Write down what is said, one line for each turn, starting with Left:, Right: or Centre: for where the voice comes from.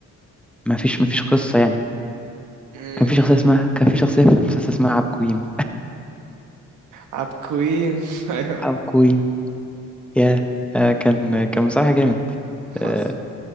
Centre: ما فيش ما فيش قصة يعني
Right: بتاعته
Centre: كان في شخصية اسمها كان في شخصية في المسلسل اسمها عبكويم
Right: عبقوين <laughs> ايوه
Centre: عبكويم يا آه، كان كان بصراحة جامد
Right: حصل
Centre: آه،